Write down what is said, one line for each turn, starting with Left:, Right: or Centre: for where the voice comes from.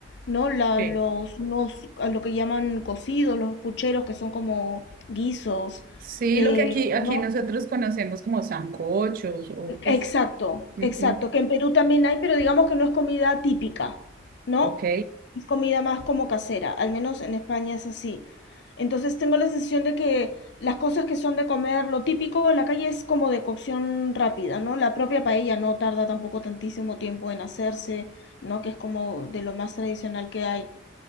Left: ¿no? La-
Right: sí.
Left: los, unos, a lo que llaman cocidos, los pucheros, que son como guisos,
Right: Sí,
Left: eh,
Right: lo que aquí, aquí
Left: ¿no?
Right: nosotros conocemos como sancochos o pues,
Left: Exacto,
Right: ujú,
Left: exacto. Que en Perú también hay, pero digamos que no es comida típica, ¿no?
Right: ok.
Left: Es comida más como casera, al menos en España es así. Entonces tengo la sensación de que las cosas que son de comer, lo típico en la calle es como de cocción rápida, ¿no? La propia paella no tarda tampoco tantísimo tiempo en hacerse, ¿no? Que es como de lo más tradicional que hay.